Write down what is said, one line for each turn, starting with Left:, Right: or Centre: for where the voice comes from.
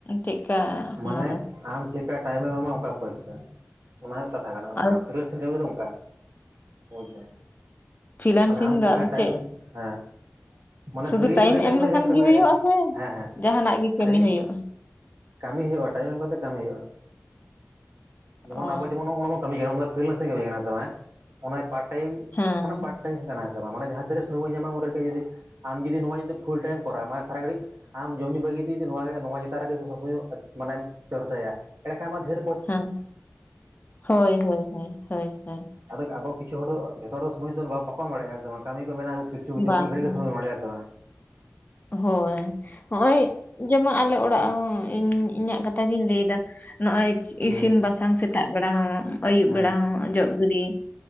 Left: ᱪᱮᱫᱠᱟ?
Right: ᱢᱟᱱᱮ
Left: ᱚᱱᱟ ᱫᱚ
Right: ᱟᱢ ᱪᱮᱫᱠᱟ ᱴᱟᱭᱤᱢᱮᱢ ᱮᱢᱟ ᱚᱱᱠᱟ ᱯᱚᱭᱥᱟ, ᱚᱱᱟ ᱦᱩᱭᱩᱜ ᱠᱟᱛᱷᱟ ᱠᱟᱱᱟ
Left: ᱟᱫᱚ
Right: ᱚᱱᱟ ᱯᱷᱤᱨᱮᱥᱼᱼ ᱠᱟᱹᱢᱤ ᱫᱚ ᱚᱝᱠᱟᱼᱼ ᱵᱩᱡᱽᱫᱟᱢ,
Left: ᱯᱷᱤᱞᱟᱱᱥᱤᱝ
Right: ᱢᱟᱱᱮ ᱟᱢ
Left: ᱫᱚ
Right: ᱪᱤᱠᱟ
Left: ᱟᱫᱚ
Right: ᱴᱟᱭᱤᱢ,
Left: ᱪᱮᱫ
Right: ᱦᱮᱸᱼᱼ ᱢᱟᱱᱮ
Left: ᱥᱩᱫᱷᱩ
Right: ᱯᱷᱨᱤ ᱯᱷᱨᱤ ᱴᱟᱭᱤᱢ
Left: ᱮᱢ ᱞᱮᱠᱷᱟᱱ
Right: ᱨᱮᱢ ᱡᱟᱦᱟᱸᱢ ᱠᱟᱹᱢᱤ
Left: ᱜᱮ ᱦᱩᱭᱩᱜᱼᱟ
Right: ᱫᱟᱲᱮᱭᱟᱜᱼᱟ,
Left: ᱥᱮ
Right: ᱦᱮᱸ ᱦᱮᱸ
Left: ᱡᱟᱦᱟᱱᱟᱜ ᱜᱮ ᱠᱟᱹᱢᱤ
Right: ᱴᱟᱲᱤᱢᱼᱼ
Left: ᱦᱩᱭᱩᱜᱼᱟ
Right: ᱠᱟᱹᱢᱤ ᱦᱩᱭᱩᱜᱼᱟ ᱴᱟᱭᱤᱢ ᱮᱢ ᱠᱟᱛᱮᱜ ᱠᱟᱹᱢᱤ ᱦᱩᱭᱩᱜᱼᱟ, ᱡᱮᱢᱚᱱ
Left: ᱚ
Right: ᱟᱵᱚ ᱡᱮᱢ ᱱᱚᱜ ᱱᱟ <unintelligible> ᱠᱟᱹᱢᱤ ᱠᱟᱱᱟ ᱚᱱᱟ ᱫᱚ ᱯᱷᱨᱤᱞᱮᱱᱥᱤᱝ ᱠᱟᱹᱢᱤ ᱠᱟᱱᱟ, ᱦᱮᱸ ᱥᱮ ᱵᱟᱝ ᱦᱮᱸ? ᱟᱱᱮ ᱯᱟᱨᱴ ᱴᱟᱭᱤᱢ
Left: ᱦᱮᱸ
Right: ᱢᱟᱱᱮ ᱯᱟᱨᱴ ᱴᱟᱭᱤᱢ ᱠᱟᱱᱟ, ᱦᱮᱸ ᱥᱮ ᱵᱟᱝ? ᱢᱟᱱᱮ ᱡᱟᱦᱟᱸ ᱛᱤᱨᱮ ᱥᱚᱢᱚᱭ ᱵᱚᱱ ᱧᱟᱢᱟ ᱩᱱ ᱨᱮᱜᱮ ᱡᱩᱫᱤ ᱟᱢ ᱡᱩᱫᱤ ᱱᱚᱣᱟ ᱡᱩᱫᱤ ᱯᱷᱩᱞ ᱴᱟᱭᱤᱢ ᱠᱚᱨᱟᱣᱟ, ᱢᱟᱱᱮ ᱥᱟᱨᱟ ᱜᱷᱟᱹᱲᱤᱡ ᱟᱢ ᱡᱚᱢ ᱧᱩ ᱵᱟᱹᱜᱤ ᱠᱟᱛᱮᱜ ᱡᱩᱫᱤ ᱱᱚᱣᱟᱜᱮ ᱱᱚᱣᱟ ᱪᱮᱛᱟᱱ ᱨᱮᱜᱮ ᱥᱚᱵ ᱥᱚᱥᱚᱭ ᱟᱫ ᱢᱟᱱᱮᱢ ᱪᱚᱨᱪᱟᱭᱟ ᱮᱸᱰᱮ ᱠᱷᱟᱱ ᱟᱢᱟᱜ ᱫᱷᱮᱨ
Left: ᱦᱮᱸ, ᱦᱳᱭ ᱦᱳᱭ ᱦᱳᱭ ᱦᱳᱭ ᱦᱳᱭ᱾
Right: ᱟᱫᱚ ᱟᱫᱚ ᱠᱤᱪᱷᱩ ᱦᱚᱲ ᱫᱚ ᱡᱷᱚᱛᱚ ᱦᱚᱲ ᱥᱚᱢᱚᱭ ᱫᱚ ᱚᱱᱮ ᱵᱟᱠᱚ ᱮᱢ ᱵᱟᱲᱮᱭᱟᱜᱼᱟ, ᱦᱮᱸ ᱥᱮ ᱵᱟᱝ? ᱠᱟᱹᱢᱤ ᱠᱚ ᱢᱮᱱᱟᱜ-ᱟ᱾ ᱠᱤᱪᱷᱩ ᱠᱤᱪᱷᱩ
Left: ᱵᱟᱝ
Right: ᱢᱤᱫ ᱜᱷᱟᱹᱲᱤᱡ
Left: ᱵᱟᱝ
Right: ᱜᱮ ᱥᱚᱢᱚᱭᱮᱢ ᱵᱟᱲᱮᱜ-ᱟ, ᱦᱮᱸ ᱥᱮ ᱵᱟᱝ?
Left: ᱦᱳᱭ, ᱦᱚᱸᱜᱼᱚᱭ ᱡᱮᱢᱚᱱ ᱟᱞᱮ ᱚᱲᱟᱜ ᱦᱚᱸ ᱤᱧ ᱤᱧᱟᱹᱜ ᱠᱟᱛᱷᱟ ᱜᱤᱧ ᱞᱟᱹᱭᱫᱟ᱾ ᱱᱚᱜᱼᱚᱭ
Right: ᱦᱩᱸ
Left: ᱤᱥᱤᱱ
Right: ᱦᱮᱸ
Left: ᱵᱟᱥᱟᱝ ᱥᱮᱛᱟᱜ ᱵᱮᱲᱟ ᱦᱚᱸ, ᱟᱭᱩᱵ
Right: ᱦᱮᱸ
Left: ᱵᱮᱲᱟ ᱦᱚᱸ, ᱚᱡᱚᱜ ᱜᱤᱰᱤ